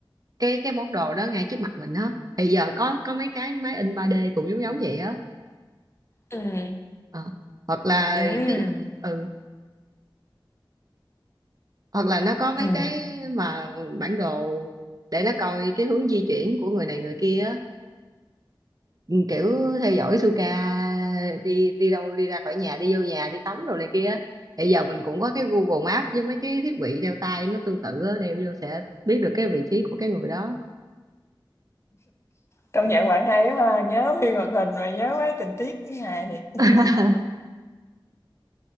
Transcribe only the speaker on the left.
ừ
ừ
ừ
công nhận bạn hay quá ha nhớ phim hoạt hình mà nhớ mấy tình tiết như này thì